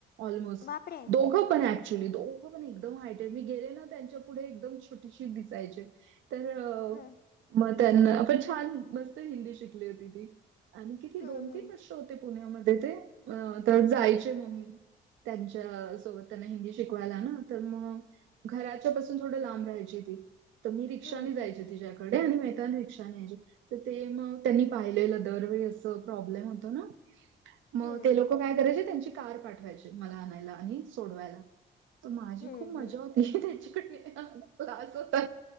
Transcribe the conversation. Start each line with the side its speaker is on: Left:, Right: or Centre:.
Right: ऑलमोस्ट
Left: बापरे
Right: दोघं पणं ऍक्च्युली दोघं पणं एकदंम हायटे मी गेले नां त्यांच्या पुढे एकदंम छोटीशी दिसांयचे तरं
Left: हां
Right: मगं त्यांनां पणं छान मस्तं हिन्दी शिकली होती ती आणि किती
Left: हम्म,
Right: दोन
Left: हम्म,
Right: तीनं वर्ष हो पुण्यांमध्यें ते तरं जायचे
Left: हम्म,
Right: ममी त्यांच्या सोबतं त्यांना हिन्दी शिकवांयला नां तरं मगं घरांच्या पासूंन थोडं लांब राहांयची ती तरं मी रिक्षाने
Left: हम्म,
Right: जायचं
Left: हम्म,
Right: तिच्यांकडे आणि येतांना रिक्षाने यांयचे तरं ते मगं त्यांनी पाहिलेलं दरवेळी असं प्रॉब्लेम होतं नां मगं
Left: हम्म,
Right: ते लोकं कायं करायचे त्यांची कांर पाठवांयची मलां आणांयला आणि सोडवांयला. ते माझी
Left: हम्म,
Right: खूंप मजां
Left: हम्म.
Right: होती त्यांच्याकडे क्लांस होतां